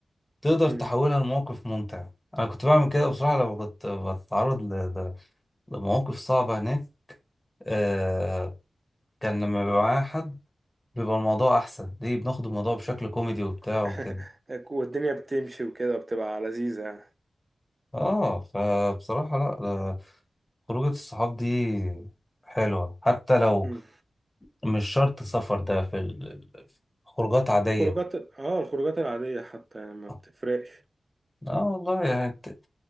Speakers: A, on the left; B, on the right.
A: تقدر
B: مم.
A: تحولها لموقف ممتع انا كنت بعمل كده بصراحة لما كنت بتعرض ل- ل- لمواقف صعبة هناك آه كان لما بيبقى معايا حد بيبقى الموضوع احسن ليه بناخد الموضوع بشكل كوميدي وبتاع وكده
B: <laughs> والدنيا بتمشي وكده بتبقى لذيذة يعني
A: اه فبصراحة لا خروجة الصحاب دي حلوة حتى لو
B: مم.
A: مش شرط سفر ده في ال- خروجات عادية
B: الخروجات اه الخروجات العادية حتى يعني ما
A: اه
B: بتفرقش <laughs>
A: آه والله يعني ت-